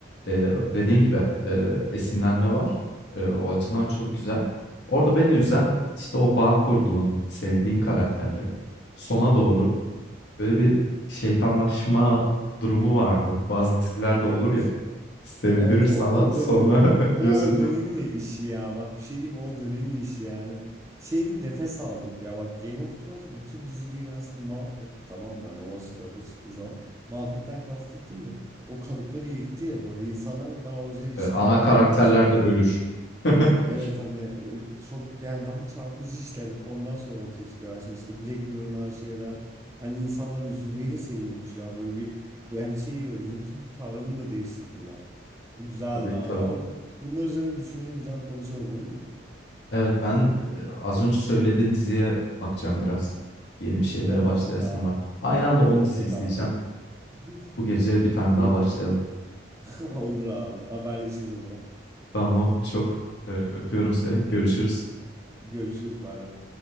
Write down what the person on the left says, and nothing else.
E, dediğin gibi e, esinlenme var. E, o açıdan
çok güzel. Orada beni üzen işte o bağ kurduğun, sevdiğin karakterlerin sona doğru Böyle bir şeytanlaşma durumu vardı. Bazı dizilerde
olur ya, sevdirir
sana
sonra
<laughs>
gözünün
önünde.
E, ana
karakterler
de ölür. <laughs>
Tabii
tabii.
Evet ben e, az önce söylediğin diziye bakacağım
biraz. Yeni bir şeylere
başlayasım
var. Aynı anda 10
dizi izleyeceğim.
Bu gece bir tane
daha başlayalım.
Tamam, çok e, öpüyorum seni. Görüşürüz.